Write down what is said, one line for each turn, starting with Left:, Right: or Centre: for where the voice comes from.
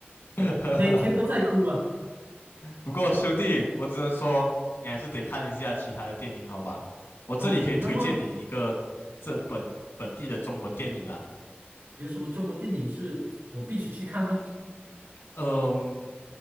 Left: <laughs>
Right: 每天都在哭啊。
Left: 不过兄弟，我只能说你还是得看一下其他的电影，好吧？我这里可以推荐你一个这本本地的中文电影啦。
Right: 哦，那么有什么中文电影是我必须去看的？
Left: 嗯，